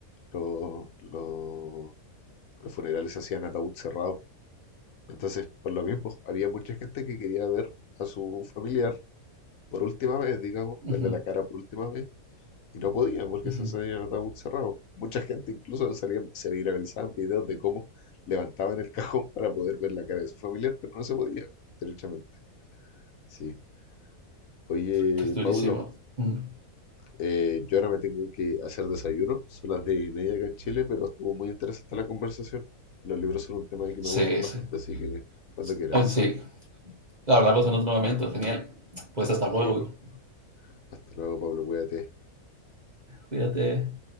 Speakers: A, on the left (about 65°); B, on the right (about 35°).
A: lo- lo- los funerales se hacían ataúd cerrado. Entonces, por lo mismo, había mucha gente que quería ver a su familiar por última vez, digamos,
B: Ujú,
A: verle la cara por última vez Y no podía porque
B: ujú.
A: se hacían ataúd cerrado. Mucha gente incluso salía, se viralizaban videos de cómo levantaban el cajón para poder ver la cara de su familiar, pero no se podía, derechamente. Sí. Oye,
B: Que es durísimo.
A: Paulo,
B: Mm.
A: eh, yo ahora me tengo que hacer desayuno. Son las diez y media acá en Chile, pero estuvo muy interesante la conversación. Los libros son un tema que me
B: Sí,
A: gustan bastante,
B: sí.
A: así que cuando
B: sí.
A: quieras.
B: Ay, sí. Hablamos en otro momento, genial. Pues hasta
A: Sí,
B: luego.
A: pues. Hasta luego, Pablo, cuídate.
B: Cuídate.